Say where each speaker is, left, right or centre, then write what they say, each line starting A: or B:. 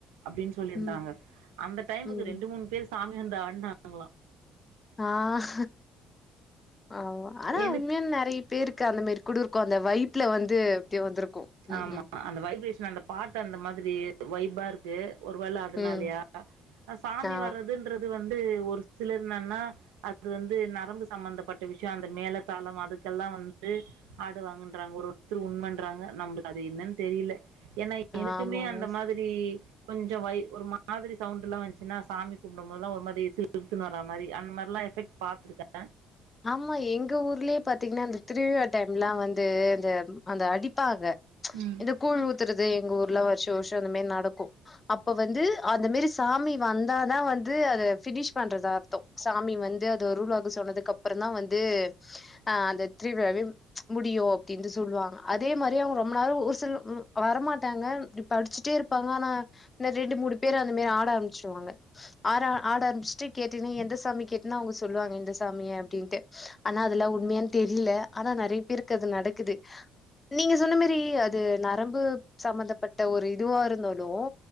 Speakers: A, on the right (about 80°); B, on the left (about 30°).
A: அப்புடின்னு சொல்லிருந்தாங்க
B: ம்,
A: அந்த டைமுக்கு
B: ம்.
A: ரெண்டு மூணு பேர் சாமி வந்து ஆடுனாங் ங்கலாம்
B: ஆஹ் ஆமா ஆனா
A: எனக்கு
B: உண்மையா நெறைய பேர்க்கு அந்த மாரி குடுருப் அந்த வாய்புல வந்து இப்புடி வந்துருக்கும் உம்
A: ஆமா
B: உம்
A: அந்த வைப்ரேஷன் அந்த பாட்டு அந்த மாதிரி வைபா இருக்கு ஒருவேல அதுனாலயா
B: ம்.
A: சாமி
B: ஆ,
A: வர்றதுன்றது வந் ஒரு சிலர் என்னா அது வந்து நரம்பு சம்மபந்தப்பட்ட விஷியோ அந்த மேல தாளம் அதுக்கெல்லாம் வந்து ஆடுவாங்க ஒருவருதர் உண்மன்றாங்க நம்மளுக்கு அது என்னன்னு தெரியில ஏன்னா எனக்குமே
B: ஆமாமா.
A: அந்த மாதிரி கொஞ்சோ வை ஒரு மாதிரி சவுண்லா வச்சுன்னா சாமி உடம்பல ஒரு மாரி சிலுத்துகிட்டு வர மாரி அந்த மாதிரிலாம் எஃபக்ட் பாத்துடே
B: ஆமா எங்க ஊர்லேயே பாத்தீங்கன்னா அந்த திருவிழா டைம்லாம் வந் அது இது அந்த அடிப்பாங்க
A: ம்
B: இந்த கூழ் ஊத்துறது எங்க ஊர்ல வருஷோ இந்தவசோஷம் அந்த மாி நடக்கும் அப்ப வந்து அத மாி சாமி வந்தா தான் வந்து பினிஷ் பண்றத அர்த்தம் சாமி வந்து அது அருள்வாக்குசொன்னதுக்குஅப் வந்து ஆ அந்த திருவிழாவே முடியும் ஓகேந்து சொல்லுவாங்க அதே மரி அவங்க ரொம்ப நேரம் ஊசல் ம் வரமாட்டாங்க இப்ப அடிச்சுட்டே இருப்பாங்க ஆனா இந்த ரெண்டு மூணு பேரு அந்த மேரி ஆட ஆரம்பிச்சிருவாங்க ஆர ஆட ஆரம்பிச்சுட்டு கேட்டுனு எந்த சாமி கேட்டன்னா அவங்க சொல்லுவாங்க இந்த சாமிய அப்டின்ட்டு ஆனா அதெல்லாம் உண்மையானனு தெரியல ஆனா நெறைய பேருக்கு அது நடக்குது நீங்க சொன்ன மேரி அது நரம்பு சம்பந்தப்பட்ட ஒரு இதுவா இருந்தாலும்